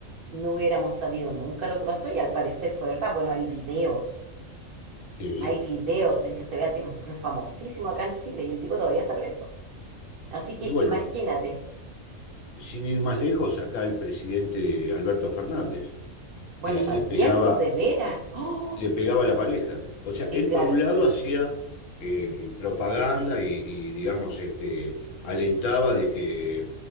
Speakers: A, on the right (about 60°); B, on the left (about 75°).
A: no hubiéramos sabido nunca lo que pasó y al parecer fue verdad. Bueno, hay videos,
B: sí.
A: hay videos en que se ve al tipo, se fue famosísimo acá en Chile y el tipo todavía está preso. Así que
B: Y bueno,
A: imagínate.
B: sin ir más lejos, acá el presidente Alberto Fernández,
A: Bueno,
B: que
A: también,
B: le pegaba,
A: pues de veras. ¡Oh!
B: le pegaba a la pareja. O sea,
A: Sí,
B: él
A: claro.
B: por un lado hacía eh, propaganda y, y, digamos, este, alentaba de que,